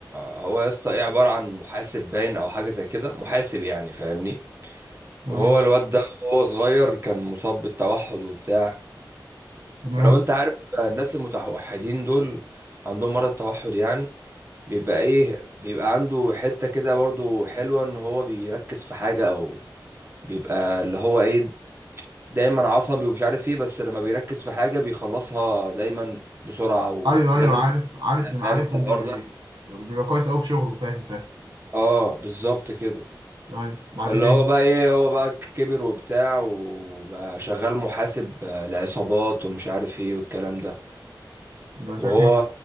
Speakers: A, on the right; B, on the right.
A: هو يا اسطى ايه عباره عن محاسب باين او حاجه زي كده محاسب يعني فاهمني
B: تمام
A: وهو الواد ده وهو صغير كان مصاب بالتوحد وبتاع
B: تمام
A: فلو انت عارف الناس المتوحدين دول عندهم مرض التوحد يعني بيبقى ايه بيبقى عنده حتة كده برضو حلوة ان هو بيركز في حاجة او بيبقى اللي هو ايه دايما عصبي ومش عارف ايه بس لما بيركز في حاجة بيخلصها دايما بسرعة و-
B: ايوه
A: ولازم
B: ايوه عارف عارف عارفهم
A: فاهم انت الحوار
B: بي بي
A: ده
B: بيبقى كويس قوي في شغله فاهم فاهم
A: اه بالظبط كده
B: طيب بعد
A: فاللي
B: كده
A: هو بقى ايه هو بقى كبر وبتاع وبقى شغال محاسب آه، لعصابات ومش عارف ايه والكلام ده
B: يبقى
A: وهو
B: شكله